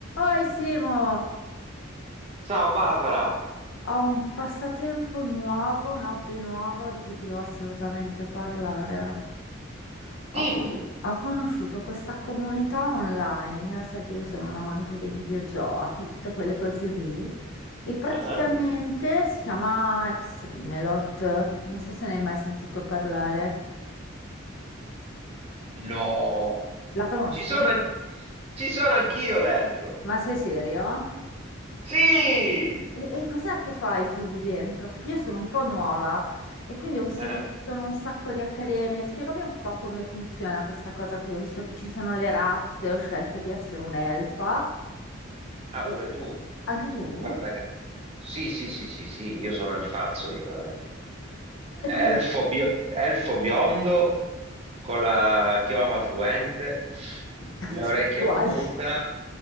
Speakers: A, on the left; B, on the right.
A: Oi Simo,
B: Ciao Barbara,
A: ho un passatempo nuovo, un hobby nuovo di cui ti devo assolutamente parlare. Ho,
B: dimmi.
A: ho conosciuto questa comunità online, sai che io sono un amante dei videogiochi, tutte quelle cose lì, e praticamente
B: Ah,
A: si chiama Extremelot. Non so se ne hai mai sentito parlare.
B: No,
A: La conosci?
B: ci sono, an- ci sono anch'io dentro.
A: Ma sei serio?
B: Sì,
A: E, e cos'è che fai tu lì dentro? Perché io sono un po' nuova e quindi ho visto
B: Eh,
A: che ci sono un sacco di accademie. Spiegami un po' come funziona questa cosa qui. Ho visto che ci sono le razze, ho scelto di essere un'elfa.
B: Ah,
A: E
B: pure
A: e-
B: tu.
A: anche tu?
B: Guarda che... Sì, sì, sì, sì, sì, io sono il fazzo, io. eh.
A: E quindi
B: Elfo, bio- elfo biondo con la chioma fluente,
A: <laughs>
B: le
A: tutti
B: orecchie
A: uguali.
B: a punta,